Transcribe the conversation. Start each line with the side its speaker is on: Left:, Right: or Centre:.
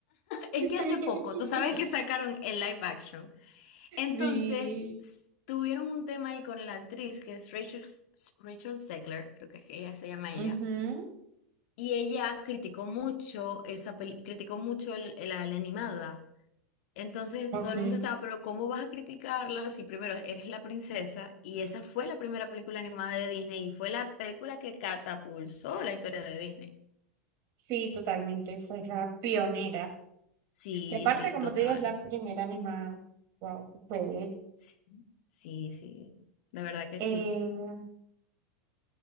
Left: Es
Right: <laughs>
Left: que hace poco, tú sabes que sacaron el live action. Entonces,
Right: Sí.
Left: s- tuvieron un tema ahí con la actriz que es Rachel, S- Rachel Zegler, creo que es que ella se llama ella.
Right: Ujú.
Left: Y ella criticó mucho esa peli- criticó mucho el- el- la, la animada. Entonces,
Right: Ok.
Left: todo el mundo estaba, pero ¿cómo vas a criticarla si primero eres la princesa? Y esa fue la primera película animada de Disney y fue la película que catapulsó la historia de Disney.
Right: Sí, totalmente, fue la pionera.
Left: Sí,
Right: Y aparte,
Left: sí,
Right: como
Left: total.
Right: te digo, es la primera animada. Wow, qué chévere.
Left: Sí, sí, sí. De verdad que
Right: Eh,
Left: sí.